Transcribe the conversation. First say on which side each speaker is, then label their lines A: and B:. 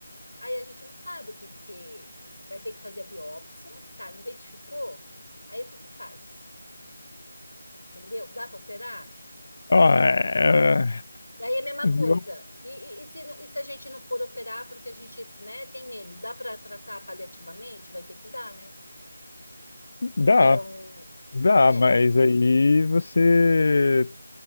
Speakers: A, on the left; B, on the left.
A: Aí a gente não sabe, porque vai ter que fazer a biópsia, tá? Identificou? Aí o que que faz? Entendeu? Dá para operar?
B: Ah,
A: É.
B: é,
A: E aí é a mesma
B: é, viu?
A: coisa. E, e- e se, não- e se a gente não for operar porque a gente, né, tem medo, dá para tratar paliativamente? Vai ter que dar, né? Então,
B: Dá. Dá,
A: é.
B: mas aí você,